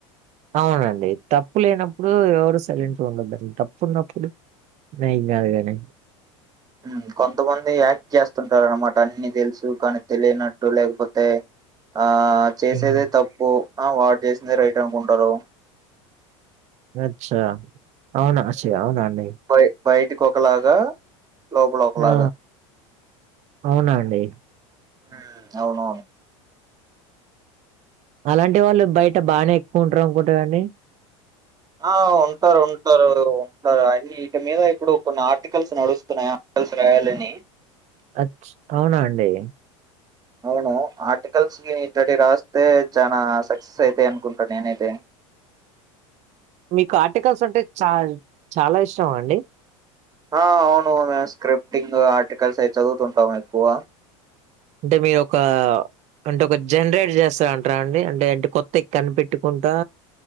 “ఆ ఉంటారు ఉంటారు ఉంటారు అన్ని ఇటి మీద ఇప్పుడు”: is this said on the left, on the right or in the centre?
Right